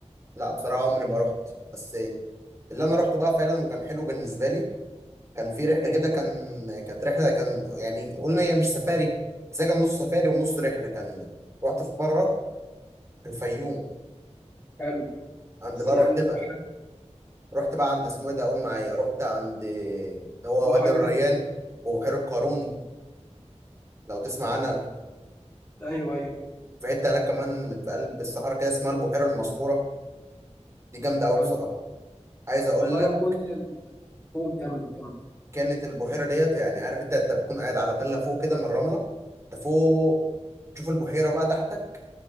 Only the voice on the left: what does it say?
ايوه
حلو
سي
اند
الوحي-
بحيره
ايوه ايوه
حلو
وفعلا
كل الطول كمل كمل